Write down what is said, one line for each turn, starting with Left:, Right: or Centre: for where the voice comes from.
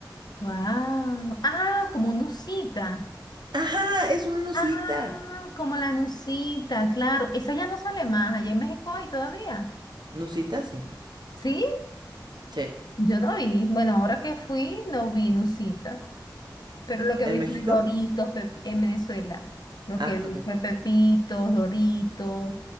Left: Wow. Ah, como nucita.
Right: Ajá, es una nusita.
Left: Ah, como la nucita, claro. Esa ya no sale más. Allá en México hay todavía.
Right: Nusita, sí.
Left: ¿Sí?
Right: Sí.
Left: Yo no vi. Bueno, ahora que fui, no vi nucita. Pero lo que
Right: ¿En
Left: vi
Right: México?
Left: fue Doritos pep- en Venezuela. Lo
Right: Ah,
Left: que vi
Right: ok.
Left: fue Pepitos, Doritos,